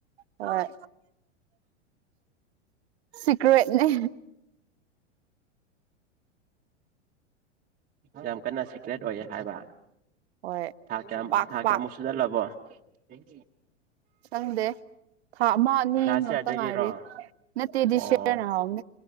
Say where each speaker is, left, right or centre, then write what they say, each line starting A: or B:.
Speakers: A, on the right; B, on the right.
A: ꯍꯣꯏ ꯁꯤꯀ꯭ꯔꯦꯠꯅꯤ
B: ꯌꯥꯝꯝ ꯀꯅꯥ ꯁꯤ ꯭ꯂꯦꯠ ꯑꯣꯏꯌꯦ ꯍꯥꯏꯕ
A: ꯍꯣꯏ
B: ꯊꯥ ꯀꯌꯥꯃꯨꯛ
A: ꯄꯥꯛ
B: ꯊꯥ
A: ꯄꯥꯛ
B: ꯀꯌꯥꯃꯨꯛ ꯁꯨꯖꯜꯂꯕꯣ ꯊꯦꯡ
A: ꯈꯪꯗꯦ ꯊꯥ ꯑꯃ ꯑꯅꯤꯃꯛꯇ
B: ꯂꯥꯁ ꯌꯥꯔꯗꯒꯤꯔꯣ
A: ꯉꯥꯏꯔꯤ ꯅꯠꯇꯦꯗꯤ
B: ꯑꯣ
A: ꯁꯤꯔꯟ ꯑꯔꯥꯎꯟ